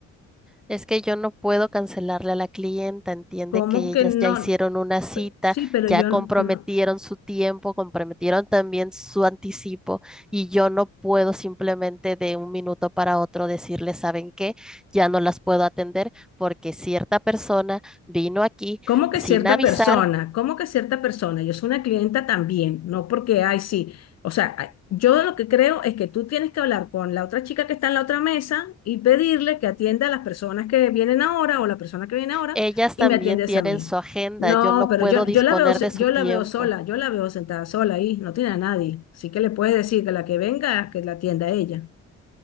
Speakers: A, in the centre; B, on the left.
A: Es que yo no puedo cancelarle a la clienta, entiende
B: ¿Cómo
A: que
B: que
A: ellas
B: no?
A: ya hicieron una cita,
B: Sí, pero
A: ya
B: yo
A: comprometieron
B: no.
A: su tiempo, comprometieron también su anticipo y yo no puedo simplemente de un minuto para otro decirle, ¿saben qué? Ya no las puedo atender porque cierta persona vino aquí
B: ¿Cómo que
A: sin
B: cierta
A: avisar,
B: persona? ¿Cómo que cierta persona? Yo soy una clienta también, no porque, ay, sí. O sea, ay, yo lo que creo es que tú tienes que hablar con la otra chica que está en la otra mesa y pedirle que atienda a las personas que vienen ahora o la persona que viene ahora
A: ellas
B: y
A: también
B: me atiendes
A: tienen
B: a mí.
A: su agenda,
B: No,
A: yo no puedo
B: pero yo,
A: disponer
B: yo la veo, se-
A: de su
B: yo
A: tiempo.
B: la veo sola, yo la veo sentada sola ahí, no tiene a nadie. Así que le puedes decir que la que venga, que la atienda a ella.